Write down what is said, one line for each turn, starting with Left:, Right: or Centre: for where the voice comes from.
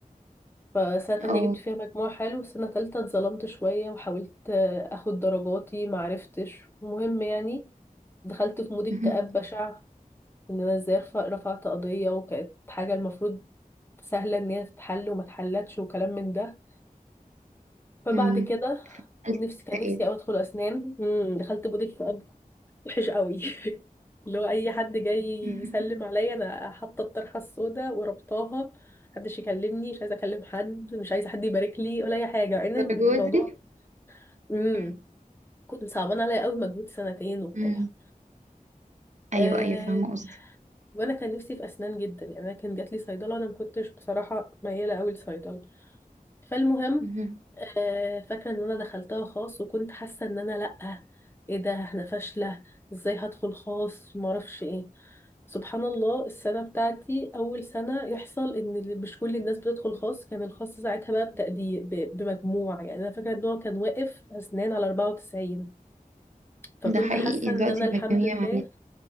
Left: فسنة تانية
Right: اه
Left: جبت فيها مجموع حلو سنة تالتة اتظلمت شوية وحاولت آه، أخد درجاتي معرفتش المهم يعني دخلت في مود اكتئاب
Right: مهم.
Left: بشع ان انا ازاي رف- رفعت قضية وكانت حاجة المفروض سهلة ان هي تتحل وما اتحلتش وكلام من ده فبعد
Right: امم
Left: كده
Right: قلت
Left: نفسي كان
Right: اكتئاب
Left: نفسي أوي أدخل أسنان مم. دخلت بوتيك فؤاد وحش قوي <laughs> اللي هو أي حد جاي
Right: <laughs>
Left: يسلم عليا أنا حاطة الطرحة السوداء وربطاها محدش يكلمني مش عايزة أكلم حد مش عايزة حد يبارك لي ولا أي حاجة مع إن الموضوع
Right: الدرجة دي
Left: مم.
Right: مم.
Left: كنت صعبان عليا قوي مجهود سنتين وبتاع
Right: مم. أيوه
Left: أه...
Right: أيوه فاهمة قصدك
Left: وأنا كان نفسي في أسنان جدا يعني أنا كان جاتلي صيدلة أنا ما كنتش بصراحة ميالة قوي لصيدلة فالمهم
Right: مهم.
Left: آه، فاكرة ان انا دخلتها خاص وكنت حاسة ان انا لأ ايه ده احنا فاشلة ازاي هدخل خاص معرفش ايه سبحان الله السنة بتاعتي أول سنة يحصل إن اللي- مش كل الناس بتدخل خاص كان الخاص ساعتها بقى بتقدير ب- بمجموع يعني أنا فاكرة إن هو كان واقف أسنان على 94 فكنت
Right: ده حقيقي
Left: حاسة إن
Right: دلوقتي
Left: أنا الحمد
Right: المجاميع
Left: لله